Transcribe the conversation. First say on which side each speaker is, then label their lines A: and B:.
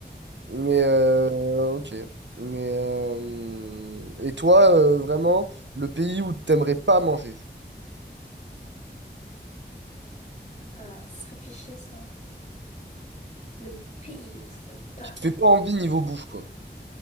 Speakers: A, on the right; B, on the left.
A: Mais, euh, ok. Mais, euh, et toi, euh, vraiment, le pays où t'aimerais pas manger, genre,
B: Ah, se réfléchit ça. Le pays où je veux pas.
A: qui te
B: m-
A: fait pas envie niveau bouffe, quoi.